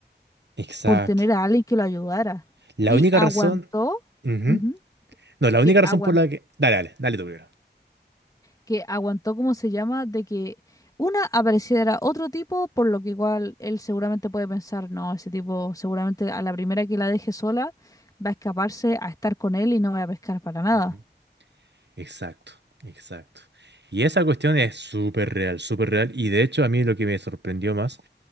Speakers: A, on the right (about 75°); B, on the left (about 20°).
A: Exacto.
B: por tener a alguien que lo ayudara.
A: La
B: Y
A: única
B: aguantó,
A: razón... Ujú.
B: ujú,
A: No, la
B: que
A: única razón
B: aguantó.
A: por la que... Dale, dale, dale tú primero.
B: que aguantó, ¿cómo se llama? De que una apareciera otro tipo, por lo que igual él seguramente puede pensar, no, ese tipo seguramente a la primera que la deje sola va a escaparse a estar con él y no va a pescar para nada.
A: Ujú. Exacto, exacto. Y esa cuestión es súper real, súper real. Y de hecho a mí lo que me sorprendió más